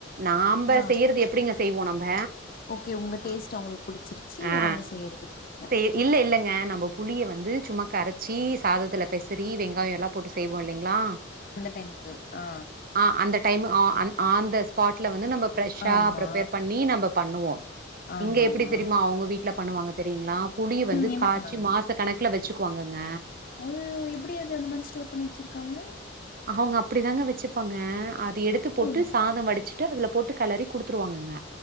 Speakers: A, on the right (about 45°); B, on the left (about 45°).
A: நாம்ப
B: ஆ
A: செய்யறது எப்படிங்க செய்வோ நம்ப
B: ஓகே உங்க டேஸ்ட்
A: அ
B: அவங்களுக்கு புடிச்சிருச்சு
A: ஆ
B: அவங்க செய்யறது புடிக்கல
A: செ இல்ல இல்லங்க நம்ம புளிய வந்து சும்மா கரச்சி சாதத்துல பெசறி வெங்காயம் எல்லாம் போட்டு செய்வோ இல்லிங்ளா
B: அந்த டைம்முக்கு ஆ
A: ஆ அந்த டைம் ஆன் த ஸ்பாட்ல வந்து நம்ம ஃப்ரெஷ்ஷா
B: ஆமா
A: பிரிப்பேர் பண்ணி நம்ம பண்ணுவோ
B: ஆமாமா
A: இங்க எப்டி தெரியுமா அவங்க வீட்ல பண்ணுவாங்க தெரியூங்களா புளிய வந்து
B: ம் என்ன
A: காய்ச்சி
B: பண்ணாங்க
A: மாச கணக்குல வச்சுக்குவாங்கங்க
B: அய்யய்யோ எப்டி அது அந்த மாதிரி ஸ்டோர் பண்ணி வச்சிருக்காங்க
A: அவங்க அப்படி தாங்க வச்சுப்பாங்க அது எடுத்து போட்டு
B: ஓ
A: சாதம் வடித் வெச்சட்டு அதுல போட்டு கெளறி குடுத்துருவாங்கங்க